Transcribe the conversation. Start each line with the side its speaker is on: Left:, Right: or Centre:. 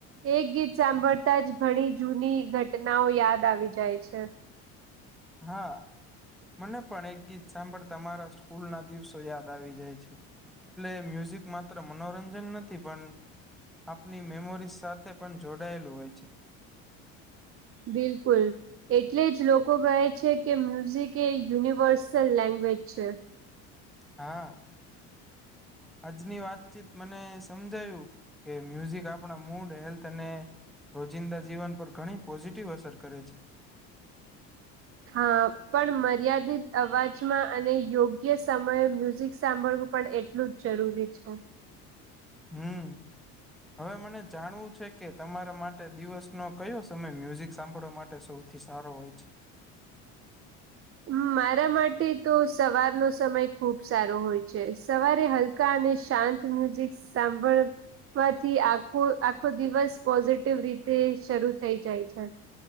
Right: એક ગીત સાંભળતા જ ઘણી જૂની ઘટનાઓ યાદ આવી જાય છે.
Centre: હા. મને પણ એક ગીત સાંભળ તમારા સ્કૂલ ના દિવસો યાદ આવી જાય છે. એટલે મ્યુઝિક માત્ર મનોરંજન નથી પણ, આપની મેમોરીઝ સાથે પણ જોડાયેલું હોય છે.
Right: બિલકુલ. એટલે જ લોકો કહે છે, કે મ્યુઝિક એ યુનિવર્સલ લેંગ્વેજ છે.
Centre: હા. આજની વાતચીત મને સમજાયું કે મ્યુઝિક આપણા મૂડ હેલ્થ અને, રોજિંદા જીવન પર ઘણી પોઝિટિવ અસર કરે છે.
Right: હા પણ મર્યાદિત અવાજમાં અને યોગ્ય સમયે મ્યુઝિક સાંભળવું પણ એ એટલું જ જરૂરી છે.
Centre: હમ. હવે મને જાણવું છે કે તમારા માટે દિવસનો કયો સમય મ્યુઝિક સાંભળવા માટે શું? થીસારો હોય છે.
Right: હમ મારા માટે તો સવારનો સમય ખુબ સારો હોય છે સવારે હલ કા અને શાંત મ્યુઝિક સાંભળ થી આખો આખો દિવસ પોઝિટિવ રીતે શરૂ થઈ જાય છે.